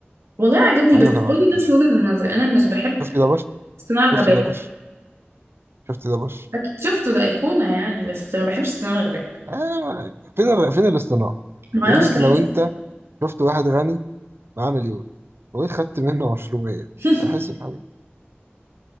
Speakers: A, on the right; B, on the right.
A: والله عجبني
B: عجبك
A: بس
B: ولا
A: برضه
B: ما عجبكيش
A: نفس وجهة النظر انا مش بحب
B: شفتي ده بش
A: صناع الغباء
B: شفتي ده بش شفتي ده بش
A: اكيد شفته ده ايقونة يعني بس ما بحبش صناع الغباء
B: آه. فين ال... فين الاصطناع
A: ما
B: يقول
A: اعرفش
B: لك
A: بحس
B: لو انت شفت واحد غني معاه مليون وجيت خدت منه 20
A: <laughs>
B: هيحس بحاجه